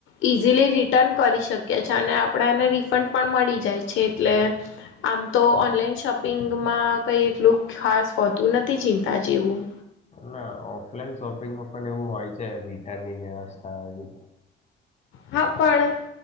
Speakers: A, on the left; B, on the left.
A: ઈઝીલી રિટર્ન કરી શકીએ છી અને આપણે એને રિફંડ પણ મળી જાય છે એટલે આમ તો ઓનલાઈન શોપિંગમાં કંઈ એટલું ખાસ હોતું નથી ચિંતા જેવું.
B: ના ઓફલાઈન શોપિંગમાં પણ એવું હોય છે રિટનની વ્યવસ્થા એ
A: હા પણ